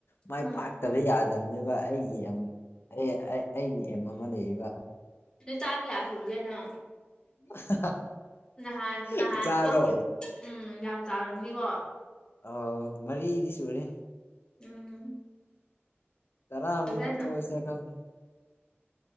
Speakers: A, on the left; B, on the left.
A: ꯃꯥꯏ
B: ꯎꯝ
A: ꯄꯥꯛꯇꯕ ꯌꯥꯗꯕꯅꯦꯕ ꯑꯩꯒꯤ ꯑꯦꯝ ꯑꯩꯒꯤ ꯑꯦꯝ ꯑꯃ ꯂꯩꯌꯦꯕ
B: ꯅꯆꯥ ꯀꯌꯥ ꯁꯨꯔꯒꯦ ꯅꯪ
A: <unintelligible>
B: ꯅꯍꯥꯟ ꯅꯍꯥꯟ
A: ꯏꯆꯥꯔꯣ
B: ꯄꯣꯛꯈꯤꯕ ꯎꯝ ꯌꯥꯝ ꯆꯥꯎꯔꯝꯅꯤꯀꯣ
A: ꯑꯣ ꯃꯔꯤꯗꯤ ꯁꯨꯔꯦ
B: ꯎꯝ
A: ꯇꯔꯥ
B: ꯐꯖꯅ
A: ꯃꯨꯛ ꯄꫭꯛꯊꫭꯛꯑꯁꯤꯔ ꯈꯪꯗꯦ